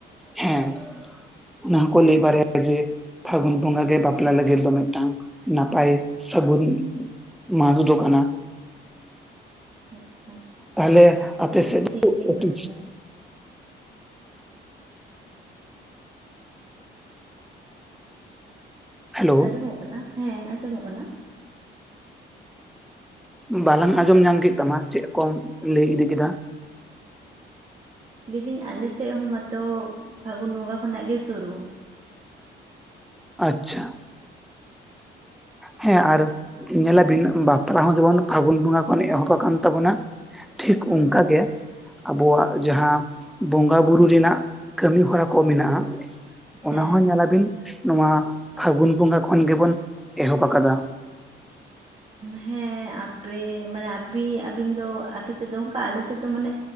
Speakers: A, in the centre; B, on the right.
A: ᱦᱮᱸ, ‌ᱚᱱᱟ ᱦᱚᱸ ᱠᱚ ᱞᱟᱹᱭ ᱵᱟᱨᱟᱭᱟ ᱡᱮ, ᱯᱷᱟᱜᱩᱱ ᱵᱚᱸᱜᱟ ᱜᱮ ᱵᱟᱯᱞᱟ ᱞᱟᱹᱜᱤᱜ ᱫᱚ ᱢᱮᱜᱴᱟᱝ᱾ ᱱᱟᱯᱟᱭ, ᱥᱟᱜᱩᱱ ᱢᱟᱥ ᱫᱚ ᱠᱟᱱᱟ᱾
B: ᱟᱪᱪᱷᱟ
A: ᱛᱟᱦᱞᱮ ᱟᱯᱮ
B: ᱦᱮᱸ
A: ᱥᱮᱜ
B: ᱴᱷᱤᱠ ᱵᱤᱱ
A: <unintelligible>
B: ᱢᱮᱱᱫᱟ
A: ᱛᱤᱥ᱾ ᱦᱮᱞᱳ
B: ᱟᱸᱡᱚᱢᱚᱜ ᱠᱟᱱᱟ? ᱦᱮᱸ ᱟᱸᱡᱚᱢᱚᱜ ᱠᱟᱱᱟ᱾
A: ᱵᱟᱞᱟᱝ ᱟᱸᱡᱚᱢ ᱧᱟᱢ ᱠᱮᱜ ᱛᱟᱢᱟ ᱪᱮᱜ ᱠᱚᱢ ᱞᱟᱹᱭ ᱤᱫᱤ ᱠᱮᱫᱟ᱾
B: ᱞᱟᱹᱭᱫᱟᱹᱧ ᱟᱞᱮᱥᱮᱜ ᱦᱚᱸ ᱢᱟᱛᱚ ᱯᱷᱟᱜᱩᱱ ᱵᱚᱸᱜᱟ ᱠᱷᱚᱱᱟᱜ ᱜᱮ ᱥᱩᱨᱩ᱾
A: ᱟᱪᱪᱷᱟ᱾ ᱦᱮᱸ ᱟᱨ ᱧᱮᱞᱟᱵᱤᱱ ᱵᱟᱯᱞᱟ ᱦᱚᱸ ᱡᱮᱢᱚᱱ ᱯᱷᱟᱜᱩᱱ ᱵᱚᱸᱜᱟ ᱠᱷᱚᱱ ᱮᱦᱚᱵ ᱟᱠᱟᱱ ᱛᱟᱵᱚᱱᱟ᱾ ᱴᱷᱤᱠ
B: ᱦᱩᱸ
A: ᱚᱝᱠᱟᱜᱮ᱾ ᱟᱵᱚᱣᱟᱜ ᱡᱟᱸᱦᱟ ᱵᱚᱸᱜᱟ ᱵᱩᱨᱩ ᱨᱮᱱᱟᱜ ᱠᱟᱹᱢᱤ ᱦᱚᱨᱟ ᱠᱚ ᱢᱮᱱᱟᱜ-ᱟ᱾
B: ᱦᱮᱸ
A: ᱚᱱᱟ ᱦᱚᱸ ᱧᱮᱞᱟᱵᱤᱱ ᱱᱚᱣᱟ ᱯᱷᱟᱜᱩᱱ ᱵᱚᱸᱜᱟ ᱠᱷᱚᱱ ᱜᱮᱵᱚᱱ ᱮᱦᱚᱵ ᱟᱠᱟᱫᱟ᱾
B: ᱦᱮᱸ ᱟᱯᱮ ᱢᱟᱱᱮ ᱟᱵᱤ ᱟᱵᱤᱱ ᱫᱚ ᱟᱯᱮ ᱥᱮᱜ ᱫᱚ ᱚᱝᱠᱟ ᱟᱞᱮ ᱥᱮᱫ ᱫᱚ ᱢᱟᱱᱮ᱾